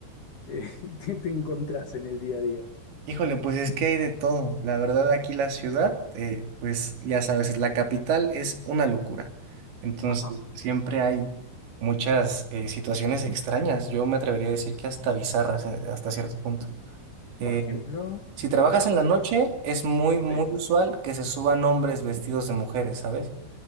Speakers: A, on the left; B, on the right.
A: eh, <laughs> te, te encontrás en el día a día?
B: Híjole, pues es que hay de todo. La verdad, aquí la ciudad, eh, pues ya sabes, la capital es una locura. Entonces,
A: Ajá,
B: siempre hay muchas eh, situaciones extrañas. Yo me atrevería a decir que hasta bizarras eh, hasta cierto punto. Eh,
A: por ejemplo,
B: si trabajas
A: porque, eh,
B: en la noche,
A: por-
B: es muy, muy
A: sí,
B: usual que se suban hombres vestidos de mujeres, ¿sabes?